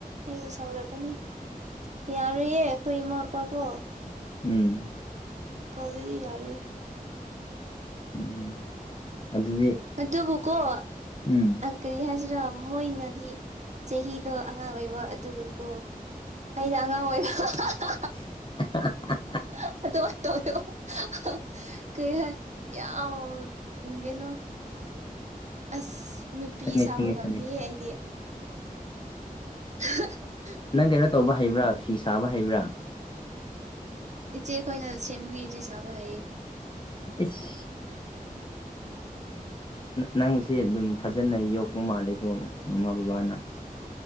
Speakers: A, on the right (about 50°); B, on the left (about 35°).
A: ꯑꯩꯕꯨ ꯁꯥꯎꯔꯛꯀꯅꯤ ꯌꯥꯔꯣꯏꯌꯦ ꯑꯩꯈꯣꯏ ꯏꯃꯥ ꯏꯄꯥ ꯀꯣ
B: ꯎꯝ
A: ꯀꯧꯗꯗꯤ ꯌꯥꯔꯣꯏꯌꯦ
B: ꯎꯝ ꯑꯗꯨꯗꯤ
A: ꯑꯗꯨꯕꯨ ꯀꯣ
B: ꯎꯝ
A: ꯑꯪ ꯀꯔꯤ ꯍꯥꯏꯁꯤꯔꯣ ꯃꯣꯏꯅꯗꯤ ꯆꯍꯤꯗꯣ ꯑꯉꯥꯡ ꯑꯣꯏꯕ ꯑꯗꯨꯒꯀꯣ ꯑꯩꯅ ꯑꯉꯥꯡ ꯑꯣꯏꯕ <unintelligible>
B: <unintelligible>
A: <unintelligible> ꯀꯩ ꯍꯥꯏ ꯌꯥꯝ ꯀꯩꯅꯣ ꯑꯁ ꯅꯨꯄꯤ
B: ꯈꯪꯉꯦ
A: ꯁꯥꯕ
B: ꯈꯪꯉꯦ
A: ꯉꯝꯗꯤꯌꯦ
B: ꯈꯪꯉꯦ
A: ꯑꯩꯗꯤ <unintelligible>
B: ꯅꯪ ꯀꯩꯅꯣ ꯇꯧꯕ ꯍꯩꯕ꯭ꯔꯥ ꯐꯤ ꯁꯥꯕ ꯍꯩꯕ꯭ꯔꯥ
A: ꯏꯆꯦꯈꯣꯏꯅ ꯁꯦꯝꯕꯤꯔꯗꯤ ꯁꯥꯕ ꯍꯩꯌꯦ
B: ꯏꯁ ꯅꯪꯁꯦ ꯑꯗꯨꯝ ꯐꯖꯅ ꯌꯣꯛꯄ ꯃꯥꯜꯂꯦꯀꯣ ꯃꯃꯥ ꯕꯕꯥꯅ